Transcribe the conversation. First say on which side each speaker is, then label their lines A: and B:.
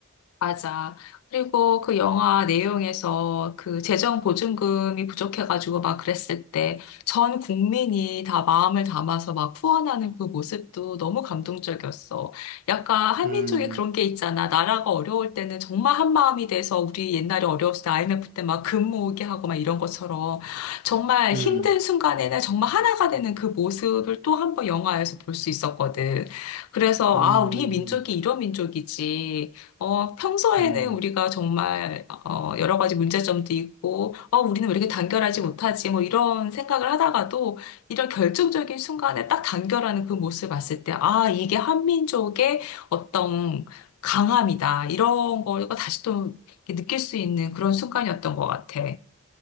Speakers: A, on the left (about 80°); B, on the right (about 40°).
A: 맞아. 그리고 그 영화 내용에서 그 재정 보증금이 부족해가지고 막 그랬을 때 전 국민이 다 마음을 담아서 막 후원하는 그 모습도 너무 감동적이었어. 약간 한민족에
B: 음,
A: 그런 게 있잖아. 나라가 어려울 때는 정말 한 마음이 돼서 우리 옛날에 어려웠을 때 IMF 때 막 금 모으기 하고 막 이런 것처럼 정말
B: 음,
A: 힘든 순간에는 정말 하나가 되는 그 모습을 또 한 번 영화에서 볼 수 있었거든. 그래서
B: 음,
A: 아, 우리 민족이 이런 민족이지. 어, 평소에는
B: 음.
A: 우리가 정말, 어, 여러 가지 문제점도 있고, 어, 우리는 왜 이렇게 단결하지 못하지? 뭐 이런 생각을 하다가도 이런 결정적인 순간에 딱 단결하는 그 모습을 봤을 때, 아, 이게 한민족의 어떤 강함이다. 이런 걸 다시 또 이렇게 느낄 수 있는 그런 순간이었던 것 같아.